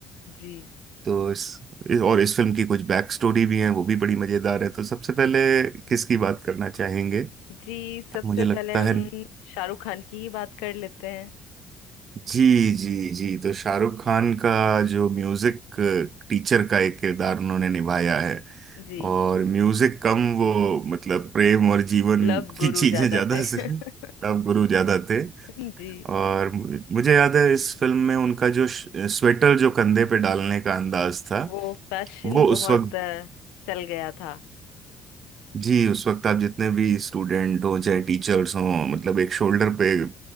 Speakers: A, on the left (about 80°); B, on the right (about 50°).
A: जी
B: तो इस, इस और इस फिल्म की कुछ बैक स्टोरी भी है वो भी बड़ी मजेदार है तो सबसे पहले किसकी बात करना चाहेंगे
A: जी सबसे
B: मुझे लगता
A: पहले हम
B: है
A: शाहरुख खान की ही बात कर लेते हैं
B: जी जी जी तो शाहरुख खान का जो म्यूजिक टीचर का एक किरदार उन्होंने निभाया है
A: जी
B: और म्यूजिक कम वो मतलब प्रेम और जीवन
A: लव
B: की
A: गुरु
B: चीजें
A: ज्यादा
B: ज्यादा
A: थे <laughs>
B: से <laughs> तब गुरु ज्यादा थे
A: जी
B: और मु- मुझे याद है इस फिल्म में उनका जो स्वेटर जो कंधे पे डालने का अंदाज था
A: वो फैशन
B: वो
A: बहुत
B: उस वक्त
A: अ, चल गया था
B: जी उस वक्त आप जितने भी स्टूडेंट हो चाहे टीचर्स हों मतलब एक
A: जी
B: शोल्डर पे